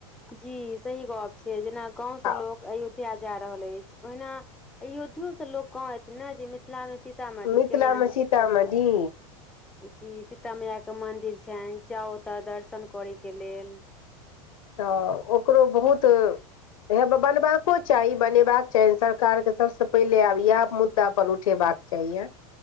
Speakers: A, in the centre; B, on the left.
A: जी सही गप छैय, जेना गाँंव से लोक
B: आ
A: अयोध्या जा रहल ऐछ। ओहिना अयोध्यो से लोक गाँव एतना जे मिथिलां मे सि सीतामढ़ी
B: मिथिलामे
A: के मंदिर
B: सीतामढ़ी
A: छी। जी सीता मैया के मंदिर छैय, जाउ ओतऽ दर्शन करे के लेल।
B: तऽ ओकरो बहुत हेबे बनबाको चाही, बनेबाक चाही सरकार के सबसे पहिले आब इहाए मुद्दा पर उठे बाक चाहिये।